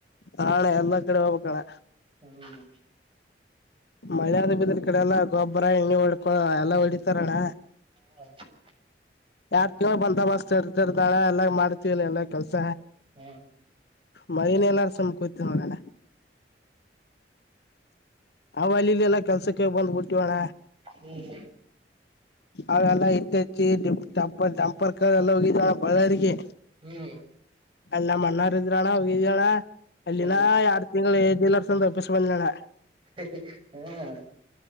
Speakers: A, on the left (about 65°); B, on the right (about 30°).
A: ನಾಳೆ ಎಲ್ಲಾ ಕಡೆ ಹೋಗಬೇಕು ಅಣ್ಣ
B: ಹ್ಮ್
A: ಮಳೆ ಆದ ಬಿದ್ರ ಕಡೆ ಎಲ್ಲಾ ಗೊಬ್ಬರ ಎಣ್ಣೆ ಹೊಡ್ಕೊ ಎಲ್ಲ ಹೊಡಿತಾರಣ್ಣ.
B: <inaudible>
A: ಯಾರ್ ಬಂದೋಬಸ್ತ್ ಇರ್ತರ್ದಾಳ ಎಲ್ಲ ಮಾಡ್ತಿವ ಎಲ್ಲ ಕೆಲ್ಸ.
B: ಹ್ಮ್
A: ಮೈನ್ ಎಲ್ಲಾರು ಸಮಕೋಯ್ತ ನೋಡನೆ. ಅವ ಅಲ್ಲಿಲ್ಲಿ ಎಲ್ಲ ಕೆಲ್ಸಕ್ಕೆ ಬಂದ್ಬ ಬಿಟ್ಟಿವಳ.
B: ಹ್ಮ್
A: ಅವೆಲ್ಲ ಇತ್ತ ಹೆಚ್ಚಿಂಪ ಡಂಪರ್ಕರ್ ಎಲ್ಲ ಹೋಗಿದ ಬಳ್ಳಿಗೆ.
B: ಹ್ಮ್
A: ಅಲ್ಲ ನಮ್ಮ ಅಣ್ಣ ಅವ್ರು ಇದ್ರಣ ಹೋಗಿದ್ಯಣ್ಣ ಅಲ್ಲಿನ
B: ಹ್ಮ್ ಹ್ಮ್
A: ಯಾರ್. ತಿಂಗಳು <unintelligible>
B: <inaudible>